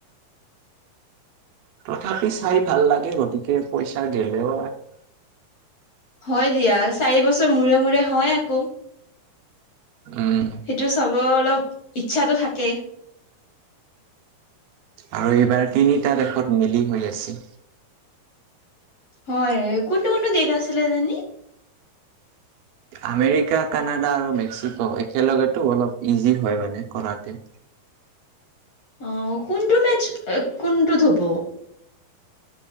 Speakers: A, on the right (about 80°); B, on the left (about 60°).
A: তথাপি চাই ভাল লাগে গতিকে পইচা গেলেও
B: হয় দিয়া চাৰি বছৰ মূৰে মূৰে হয় আকৌ
A: উম
B: সেইটো চাব অলপ ইচ্ছাটো থাকে
A: আৰু এইবাৰ তিনিটা দেশত মিলি হৈ আছে
B: হয় কোনটো কোনটো দেশ আছিলে জানি
A: আমেৰিকা কানাডা আৰু মেক্সিকো একেলগেতো অলপ ইজি হয় মানে কৰাতে
B: অ কোনটো মেচ কোনটোত হব